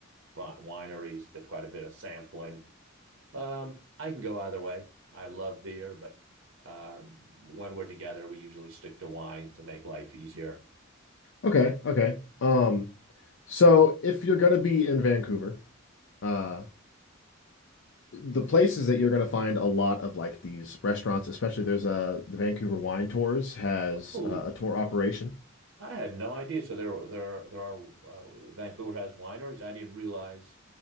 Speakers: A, on the right (about 70°); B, on the left (about 65°).
A: wineries. Did quite a bit of sampling. Um, I can go either way. I love beer, but uh, when we're together, we usually stick to wine to make life easier.
B: Okay. Okay. Um. So if you're gonna be in Vancouver, uh. the places that you're going to find a lot of like these restaurants, especially there's a the Vancouver Wine Tours has
A: Oh,
B: uh, a tour operation.
A: I had no idea. So there, there, there are uh, Vancouver has wineries. I didn't realize